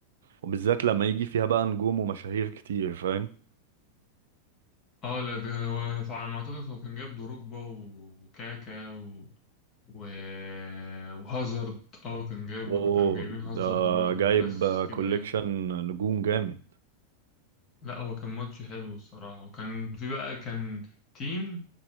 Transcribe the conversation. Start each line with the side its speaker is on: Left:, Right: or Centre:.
Right: وبالذات لما يجي فيها بقى نجوم ومشاهير كتير فاهم
Left: اه لا ده هو فعلى ما اعتقد هو كان جايب دروجبا وكاكا و... و... وهازارد اه كان جايب
Right: اوه
Left: كانوا جايبين هازارد
Right: ده
Left: برضو
Right: جايب
Left: ناس كده
Right: كوليكشن
Left: ايه
Right: نجوم جامد
Left: لا هو كان ماتش حلو الصراحة وكان في بقى كان تيم